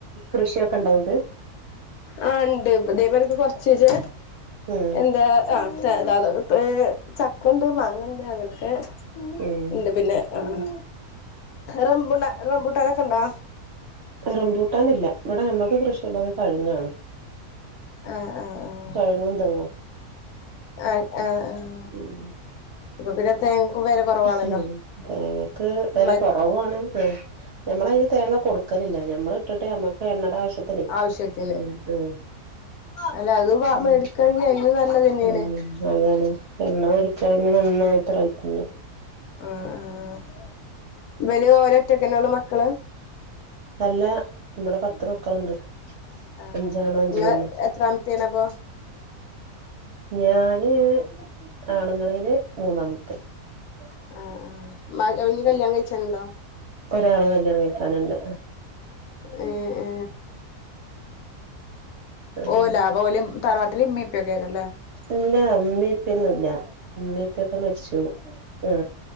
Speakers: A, on the right; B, on the left.
A: കൃഷിയൊക്കണ്ടോ നിങ്ങ്ക്ക്
B: ആഹ് ഇണ്ട് ഇതെപോലക്കെക്കെ കൊറച്ചീച്ചെ
A: ഉം
B: എന്താ ആ താതകത്തെ ചക്കുണ്ട് മാങ്ങുണ്ട് അങ്ങനൊക്കെ
A: ഉം
B: ഇണ്ട് പിന്നെ ആഹ് റംബുട്ട റംബുട്ടാനൊക്ക ഒണ്ടോ
A: റംമ്പൂട്ടാനില്ല ഇവട ഞമ്മക്ക് കൃഷിയുള്ളത് അത് കഴ്ങ്ങാണ്
B: ആഹ് ആഹ് ആഹ്
A: കഴ്ങ്ങും തെങ്ങും
B: അ ആഹ് ആഹ്
A: ഉം
B: ഇപ്പ പിന്നെ തേങ്ങക്കും വെല കൊറവാണല്ലോ
A: ഉം തേങ്ങക്ക് വെല
B: മറ്റ്
A: കൊറവാണ് ഞമ്മള അയിന് തേങ്ങ കൊടുക്കലില്ല ഞമ്മള് ഇട്ടിട്ട് ഞമ്മ ക്ക് എണ്ണട ആവശ്യത്തിനെ
B: ആവശ്യത്തിന്
A: ഉം ഉം
B: അല്ല അത്
A: ഉ
B: മേടിക്കയാണെങ്കിൽ അതിനും നല്ലത് തന്നെയാണ്
A: ഉം അതാണ് എണ്ണ വെടിക്കണെങ്കി നന്നായിട്ട് റെയ്റ്റ്ണ്ട്
B: ആഹ് ആഹ് ഇബല് ഓരൊറ്റക്കനൊള്ളു മക്കള്
A: അല്ല ഇവട പത്ത് മക്കളോണ്ട്
B: ആഹ്
A: അഞ്ചാണ് അഞ്ച്
B: നിങ്ങള്
A: പെണ്ണ്
B: എത്രാമത്തെയാണ് അപ്പൊ
A: ഞാന് ആണുങ്ങളെല് മൂന്നാമത്തെ <unintelligible>
B: ആഹ് ആഹ് മക ഇനി കല്യാണം കഴിച്ചാനുണ്ടോ
A: ഒരാള് കല്യാണം കയ്ക്കാന് ഉണ്ട്
B: ഏ ഏ
A: അങ്ങനെ
B: ഓല അപ്പൊ ഓലും തറവാട്ടില് ഇമ്മിം ഇപ്പിം ഒക്കെ അയ്ക്കാരം ലെ
A: ഇല്ല ഇമ്മിം ഇപ്പിം ഒന്നുല്ല ഇമ്മിം ഇപ്പം ഒക്കെ മരിച്ചു ആ